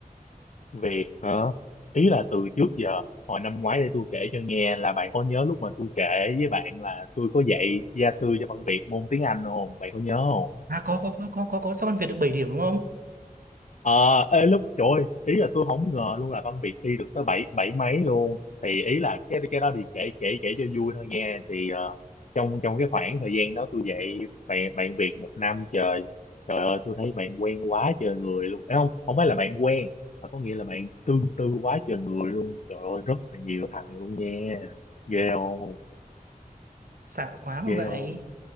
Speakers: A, on the left; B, on the right.
A: Việc hả? Ý là từ trước giờ hồi năm ngoái để tôi kể cho nghe là bạn có nhớ lúc mà tôi kể với bạn là tôi có dạy gia sư cho bằng Việt môn tiếng Anh không? Bạn có nhớ không?
B: à có có có có có, có. sao ăn Việt được 7 điểm đúng không
A: Ờ, ê, lúc trời ơi, ý là tôi không ngờ luôn là Văn Việt thi được tới bảy bảy mấy luôn thì ý là cái cái đó thì kể kể kể cho vui thôi nha thì ờ, trong trong cái khoảng thời gian đó tôi dạy bạn bạn Việt một năm trời trời ơi tôi thấy bạn quen quá trời người luôn Ê, không không phải là bạn quen mà có nghĩa là bạn tương tư quá trời người luôn trời ơi rất là nhiều thằng luôn nha ghê không
B: xạo quá không
A: ghê
B: vậy
A: không